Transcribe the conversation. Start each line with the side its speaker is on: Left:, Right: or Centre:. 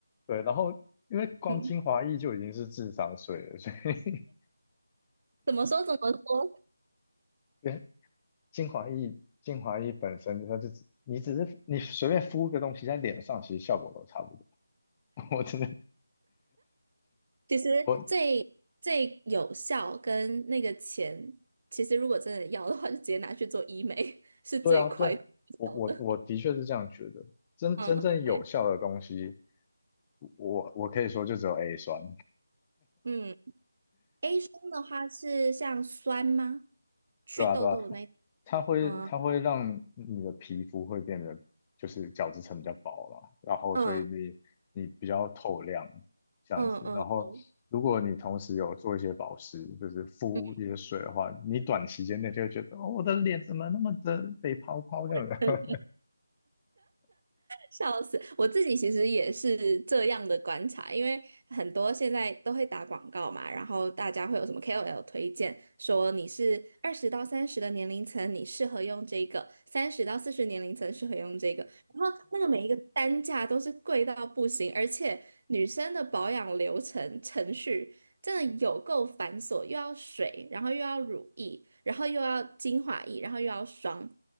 Left: 对，然后因为光精华液就已经是智商税了，
Right: 嗯。
Left: 所以 <laughs>
Right: 怎么说怎么说？
Left: 因为精华液精华液本身它就只你只是你随便敷个东西在脸上，其实效果都差不多。<laughs> 我真的
Right: 其实最最有效跟那个钱，
Left: 我
Right: 其实如果真的要的话，就直接拿去做医美，<laughs> 是最快最有效的。
Left: 对啊，对我我我的确是这样觉得。真真正有效的东西，
Right: 嗯
Left: 我我可以说就只有 A 酸，
Right: 嗯，A 酸的话是像酸吗？去痘痘的那一
Left: 对啊，对啊，它它会它会让你的皮肤会变得就是角质层比较薄嘛，
Right: 嗯
Left: 然后所以你你比较透亮
Right: 嗯
Left: 这样子。
Right: 嗯嗯嗯，
Left: 然后如果你同时有做一些保湿，
Right: 哦
Left: 就是敷一些水的话，
Right: 嗯
Left: 你短时间内就会觉得哦，我的脸怎么那么的被泡泡这样子。
Right: <laughs>
Left: <laughs>
Right: 笑死！我自己其实也是这样的观察，因为很多现在都会打广告嘛，然后大家会有什么 KOL 推荐，说你是二十到三十的年龄层，你适合用这个；三十到四十年龄层适合用这个。然后那个每一个单价都是贵到不行，而且女生的保养流程程序真的有够繁琐，又要水，然后又要乳液，然后又要精华液，然后又要霜。